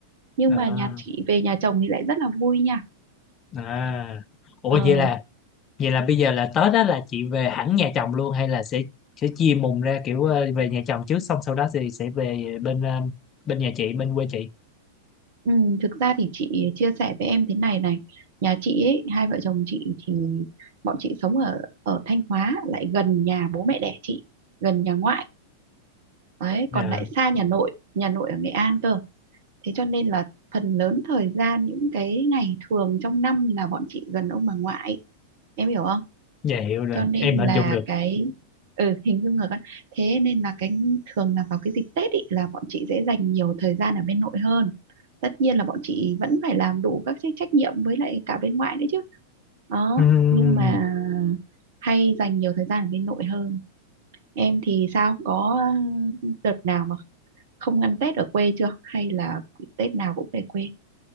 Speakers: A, on the right; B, on the left.
A: nhưng
B: Ờ,
A: mà nhà chị về nhà chồng thì lại rất là vui nha
B: à. Ủa
A: Ờ
B: vậy là vậy là bây giờ là Tết á là chị về hẳn nhà chồng luôn hay là sẽ sẽ chia mùng ra kiểu ờ, về nhà chồng trước xong sau đó thì sẽ về bên ờ, bên nhà chị bên quê chị.
A: Ừ, thực ra thì chị chia sẻ với em thế này này nhà chị ấy, hai vợ chồng chị thì bọn chị sống ở ở Thanh Hóa lại gần nhà bố mẹ đẻ chị gần nhà ngoại đấy
B: Dạ,
A: còn lại xa nhà nội nhà nội ở Nghệ An cơ thế cho nên là phần lớn thời gian những cái ngày thường trong năm là bọn chị gần ông bà ngoại em hiểu không
B: dạ hiểu rồi,
A: cho nên
B: em
A: là
B: hình dung được.
A: cái ừ, hình dung rồi các thế nên là cái thường là vào cái dịp Tết ý, là bọn chị sẽ dành nhiều thời gian ở bên nội hơn tất nhiên là bọn chị vẫn phải làm đủ các cái trách nhiệm với lại cả bên ngoại nữa chứ đó
B: Ừm.
A: nhưng mà hay dành nhiều thời gian ở bên nội hơn em thì sao có ừ, đợt nào mà không ăn Tết ở quê chưa hay là Tết nào cũng về quê